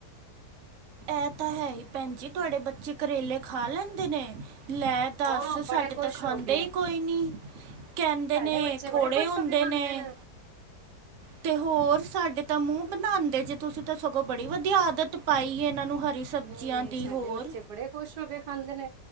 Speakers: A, on the right; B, on the right.
A: ਐ ਤਾਂ ਹੈ ਈ ਭੈਨ ਜੀ ਤੁਆਡੇ ਬੱਚੇ ਕਰੇਲੇ ਖਾ ਲੈਂਦੇ ਨੇ। ਲੈ ਦੱਸ
B: ਹਾਂ
A: ਸਾਡੇ
B: ਬੜੇ ਖੁਸ਼
A: ਤਾਂ ਖਾਂਦੇ
B: ਹੋ ਕੇ
A: ਈ ਕੋਈ ਨੀ। ਕੈਂਦੇ
B: ਸਾਡੇ
A: ਨੇ
B: ਬੱਚੇ
A: ਕੋੜੇ
B: ਬੜੇ ਖੁਸ਼
A: ਹੁੰਦੇ
B: ਹੋ ਕੇ ਖਾਂਦੇ
A: ਨੇ। ਤੇ ਹੋਰ ਸਾਡੇ ਤਾਂ ਮੂੰਹ ਬਨਾਂਦੇ ਜੇ ਤੁਸੀਂ ਤਾਂ ਸਗੋਂ ਬੜੀ ਵਦੀਆ ਆਦਤ ਪਾਈ। ਕੀ ਏਨਾਂ ਨੂੰ ਹਰੀ ਸਬਜ਼ੀਆਂ
B: ਨਹੀਂ ਨਹੀਂ
A: ਦੀ
B: ਸਾਡੇ
A: ਹੋਰ
B: ਬੱਚੇ ਬੜੇ ਖੁਸ਼ ਹੋ ਕੇ ਖਾਂਦੇ ਨੇ,